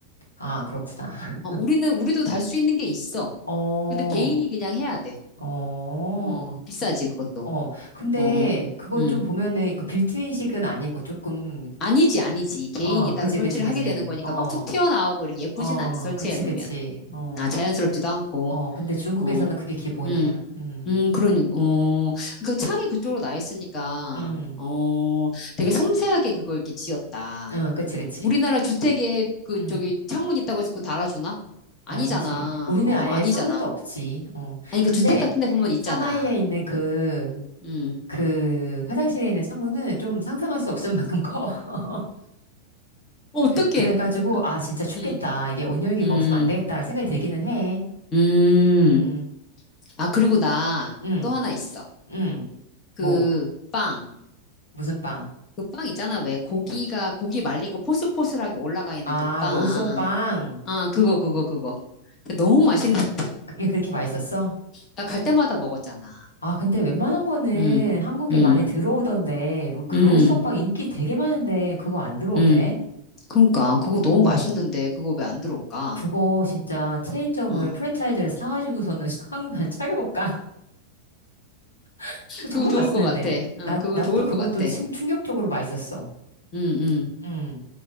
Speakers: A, on the left (about 75°); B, on the left (about 30°).
A: 아, 그렇구나. <laughs>
B: 어, 우리는, 우리도 달 수 있는 게 있어.
A: 어,
B: 근데 개인이 그냥 해야 돼.
A: 어,
B: 어, 비싸지, 그것도.
A: 어. 근데
B: 어, 어.
A: 그거
B: 음.
A: 좀 보면은 그 빌트인식은 아니고 조금,
B: 아니지, 아니지. 개인이
A: 어, 그지,
B: 따로 설치를
A: 그지, 그지.
B: 하게 되는 거니까
A: 어.
B: 막 툭 튀어나오고 이렇게 예쁘진
A: 어,
B: 않지, 설치해
A: 그치,
B: 놓으면.
A: 그치. 어,
B: 음, 아, 자연스럽지도 않고.
A: 어, 근데 중국에서는
B: 어,
A: 그게 기본이야.
B: 음,
A: 음,
B: 음, 그러니, 어, 그 창이 그쪽으로 나 있으니까,
A: 음,
B: 어, 되게 섬세하게 그걸 이렇게 지었다.
A: 응, 그치, 그치.
B: 우리나라 주택에 그,
A: 음,
B: 저기, 창문 있다고 해서 그거 달아주나? 아니잖아.
A: 아니지. 우리는
B: 어,
A: 아예
B: 아니잖아.
A: 창문도 없지. 어,
B: 아니, 그
A: 근데
B: 주택 같은 데 보면 있잖아.
A: 상하이에 있는 그,
B: 음,
A: 그 화장실에 있는 창문은 좀 상상할 수 없을 만큼 커. <laughs>
B: 어, 어떡해.
A: 그래가지고, 아, 진짜 춥겠다.
B: 음,
A: 이게 온열기가
B: 음,
A: 없으면 안 되겠다라는 생각이 들기는 해.
B: 음.
A: 음,
B: 아, 그리고 나
A: 음,
B: 또 하나 있어.
A: 음.
B: 그,
A: 뭐,
B: 빵.
A: 무슨 빵?
B: 그 빵 있잖아. 왜 고기가, 고기 말린 거 포슬포슬하게 올라가 있는
A: 아,
B: 그 빵.
A: 로송빵.
B: 아, 그거, 그거, 그거. 근데 너무 맛있는, <laughs>
A: 그게 그렇게 맛있었어?
B: 나 갈 때마다 먹었잖아.
A: 아, 근데 웬만한 거는
B: 응,
A: 한국에
B: 응,
A: 많이 들어오던데, 로- 그
B: 응,
A: 로우송빵 인기 되게 많은데, 그거 안 들어오대?
B: 응. 그러니까, 그거 너무
A: 어,
B: 맛있는데, 그거 왜 안 들어올까?
A: 그거 진짜 체인점을,
B: 응.
A: 프랜차이즈를 사가지고서는 <laughs> 한국에 한 차려볼까? <laughs> 그거 정말
B: 그거 좋을
A: 맛있는데.
B: 것 같아. 응,
A: 나,
B: 그거
A: 나
B: 좋을
A: 또 그것도
B: 것 같아.
A: 충,
B: 응,
A: 충격적으로 맛있었어.
B: 응.
A: 응.